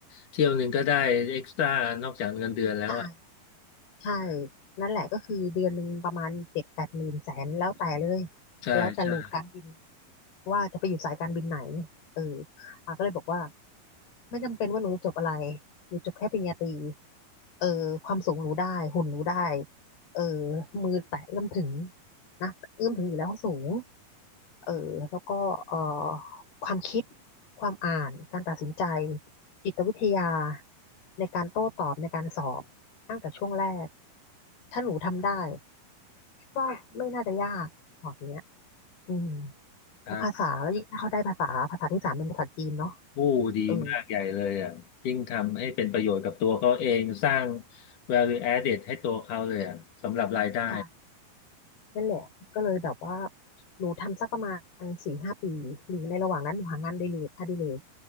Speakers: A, on the left (about 60°); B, on the left (about 85°).
A: เที่ยวหนึ่งก็ได้เอ็กซ์ตร้านอกจากเงินเดือนแล้วอ่ะ
B: ใช่ ใช่ นั่นแหละก็คือเดือนหนึ่งประมาณเจ็ดแปดหมื่นแสนแล้วแต่เลย
A: ใช่ใช่
B: แล้วแต่โหลูดการบิน ว่าจะไปอยู่สายการบินไหนเอออ่าก็เลยบอกว่าไม่จำเป็นว่าหนูจะจบอะไรหนูจบแค่ปริญญาตรีเออความสูงหนูได้ หุ่นหนูได้เออมือแตะเอื้อมถึงนะเอื้อมถึงอยู่แล้วสูงเออแล้วก็เอ่อความคิด ความอ่าน การตัดสินใจจิตวิทยาในการโต้ตอบในการสอบตั้งแต่ช่วงแรก ถ้าหนูทำได้ก็ไม่น่าจะยากบอกอย่างเงี้ยอืม แล้วภาษาแล้วยิ่งถ้าเขาได้ภาษาภาษาที่สามเป็นภาษาจีนเนาะ
A: ครับผู้ดีมากใหญ่เลยอ่ะยิ่งทำให้เป็นประโยชน์กับตัวเขาเองสร้าง
B: เออ
A: value added ให้ตัวเขาเลยอ่ะสำหรับรายได้
B: ใช่นั่นแหละก็เลยแบบว่าหนูทำสักประมาณสี่ห้าปีหรือในระหว่างนั้นหนูหางานอดิเรกอดิเรก